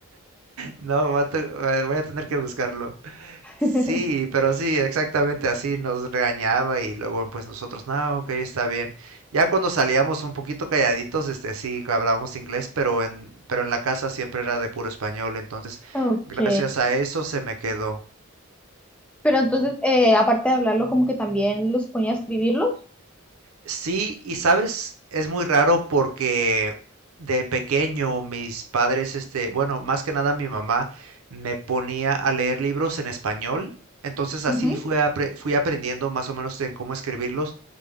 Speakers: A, on the right (about 85°); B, in the centre.
A: No, voy a te- voy a tener que buscarlo.
B: <laughs>
A: Sí, pero sí, exactamente así nos regañaba y luego pues nosotros, no, ok, está bien. Ya cuando salíamos un poquito calladitos, este sí, hablábamos inglés, pero en, pero en la casa siempre era de puro español, entonces
B: Ok.
A: gracias a eso se me quedó.
B: Pero entonces, eh, aparte de hablarlo, como que también los ponía a escribirlos.
A: Sí, y sabes, es muy raro porque de pequeño mis padres, este, bueno, más que nada mi mamá me ponía a leer libros en español, entonces así
B: Ujú.
A: fui, apre- fui aprendiendo más o menos en cómo escribirlos.